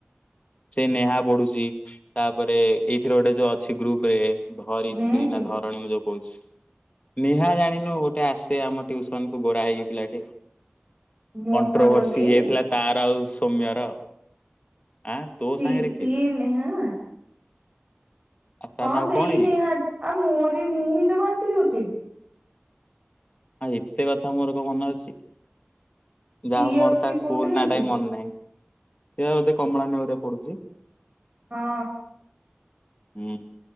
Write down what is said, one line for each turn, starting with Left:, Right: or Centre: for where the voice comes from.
Left: ସେ ନେହା ପଢୁଛି ତାପରେ ଏଇଥିରେ ଗୋଟେ ଯୋଉ ଅଛି ଗ୍ରୁପ ରେ ଧରିତ୍ରୀ
Right: ନୁହେଁ କି
Left: ନା ଧରଣୀ ମୁଁ ଯୋଉ କହୁଛି ନିହା ଜାଣିନୁ ଗୋଟେ ଆସେ ଆମ ଟିୁସନ କୁ ଗୋରା ହେଇକି ପିଲାଟିେ
Right: ମୋ
Left: କଣ୍ଟ୍ରୋଭର୍ସି
Right: ସାଙ୍ଗ ଯିଏ
Left: ହେଇଯାଇଥିଲା ତାର ଆଉ ସୌମ୍ୟର ଆଁ ତୋ
Right: ସି
Left: ସାଙ୍ଗରେ
Right: ସିଏଲେ
Left: କିଏ
Right: ହଁ
Left: ଆଉ ତା
Right: ହଁ
Left: ନାଁ
Right: ସେଇ
Left: କଣ କି
Right: ନିହା ଆଉ ମୋରି ମୁଁ ହିଁ ତାକୁ ଆଣିଥିଲି କହୁଚ
Left: ଆଁ ଏତେ କଥା ମୋର କ ମନେ ଅଛି
Right: ସିଏ
Left: ଯାହାଉ ମୋର
Right: ଅଛି
Left: ତା
Right: କୋଉଥିରେ
Left: ଫୁଲ ନାଟା
Right: ଅଛି
Left: ହ ମନେ ନାହିଁ ସେିଉ ଏୋଧେ କମଳା ନଆ ପଡୁଛି
Right: ହଁ
Left: ହୁଁ